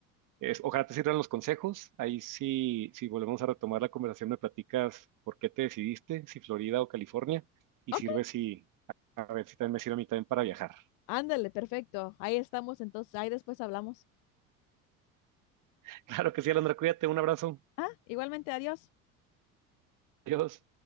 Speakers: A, on the right; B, on the left.
A: Es- ojalá te sirvan los consejos. Ahí sí, si volvemos a retomar la conversación, me platicas por qué te decidiste, si Florida o California, y
B: ok.
A: sirve si, a ver si también me sirve a mí también para viajar.
B: Ándale, perfecto. Ahí estamos, entonces, ahí después hablamos.
A: <laughs> Claro que sí, Alondra, cuídate, un abrazo.
B: Ah, igualmente, adiós.
A: Adiós.